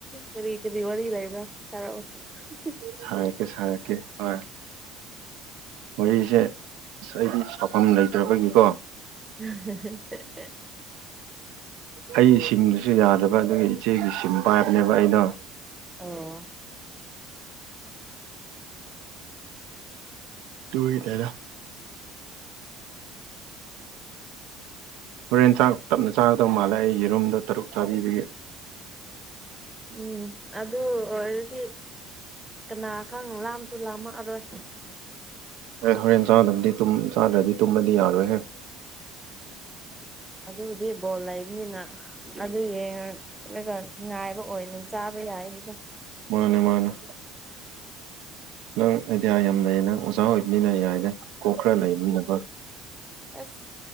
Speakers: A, in the centre; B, on the right.
A: ꯀꯔꯤ ꯀꯔꯤ ꯋꯥꯔꯤ ꯂꯩꯕ꯭ꯔꯥ ꯁꯥꯔꯛꯑꯣ ꯍꯨꯍꯤ
B: ꯁꯔꯛꯀꯦ ꯁꯔꯛꯀꯦ ꯍꯣꯢ ꯋꯥꯔꯤꯁꯦꯁ ꯍꯥꯏꯗꯤ ꯁꯥꯐꯝ ꯂꯩꯇ꯭ꯔꯕꯒꯤꯀꯣ
A: ꯎꯝ ꯍꯦꯍꯦ
B: ꯑꯩ ꯁꯤꯝꯗꯨꯁꯨ ꯌꯥꯗꯕ ꯑꯗꯨꯒꯤ ꯏꯆꯦꯒꯤ ꯁꯤꯝ ꯄꯥꯏꯕꯅꯦꯕ ꯑꯩꯅꯣ
A: ꯑꯣ
B: ꯇꯨꯢꯅꯤꯗ ꯍꯣꯔꯦꯟ ꯆꯥꯛ ꯇꯞꯅ ꯆꯥꯒꯗꯧ ꯃꯥꯜꯂꯦ ꯑꯩ ꯌꯦꯔꯨꯝꯗꯣ ꯇꯔꯨꯛ ꯆꯥꯕꯤꯕꯒꯤ
A: ꯎꯝ ꯑꯗꯨ ꯑꯣꯏꯔꯗꯤ ꯀꯅꯥ ꯈꯪ ꯂꯥꯝꯁꯨ ꯂꯥꯝꯃꯛꯑꯔꯣꯏ
B: ꯑꯦ ꯍꯣꯔꯦꯟ ꯆꯥꯗꯕꯗꯤ ꯆꯥꯗ꯭ꯔꯗꯤ ꯇꯨꯝꯃꯗꯤ ꯌꯥꯔꯣꯏꯍꯦ
A: ꯑꯗꯨꯕꯨꯗꯤ ꯕꯣꯜ ꯂꯩꯕꯅꯤꯅ ꯑꯗꯨ ꯌꯦꯡ ꯔꯒ ꯉꯥꯏꯕ ꯑꯣꯏꯅ ꯆꯥꯕ ꯌꯥꯏꯗꯨꯅ
B: ꯃꯥꯅꯦ ꯃꯥꯅꯦ ꯅꯪ ꯑꯥꯏꯗꯤꯌꯥ ꯌꯥꯝ ꯂꯩꯌꯦꯅ ꯑꯣꯖꯥ ꯑꯣꯏꯕꯅꯤꯅ ꯌꯥꯏꯔꯦ ꯀꯣꯛ ꯈꯔ ꯂꯩꯕꯅꯤꯅꯀꯣ
A: ꯑꯁ